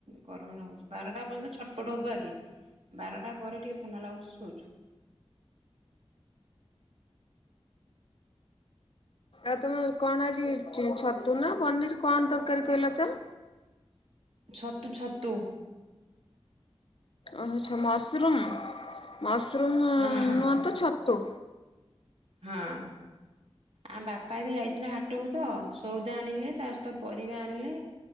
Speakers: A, on the right; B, on the left.
A: ଗରମ ନାଗୁଚି ବାରଟା ପର୍ଯ୍ୟନ୍ତ ଛଟପଟ ହବୁ ଆଗେ ବାରଟା ପରେ ଟିକେ ଥଣ୍ଡା ଲାଗୁଚି ଶୋଉଚୁ।
B: ଆଉ ତମେ କଣ ଆଜି, ଛତୁ, ନା, ପନିର, କଣ, ତରକାରୀ କହିଲ ତ?
A: ଛତୁ ଛତୁ।
B: ଓହ ମଶରୁମ ମଶରୁମ
A: ହଁ ହ।
B: ତାଙ୍କ ଛତୁ।
A: ହଁ। ଆମ ବାପା ବି ଯାଇଥିଲେ ହାଟକୁ ତ ସଉଦା ଆଣିଲେ ତା ସହିତ ପରିବା ଆଣିଲେ।